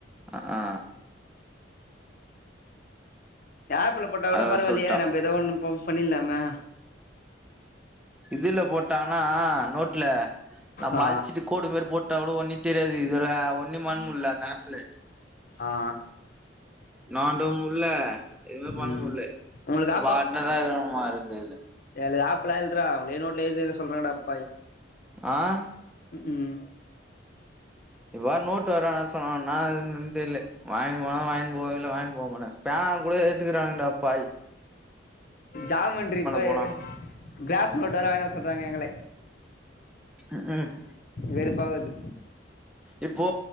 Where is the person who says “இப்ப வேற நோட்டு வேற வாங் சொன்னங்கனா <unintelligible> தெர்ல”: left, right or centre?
Centre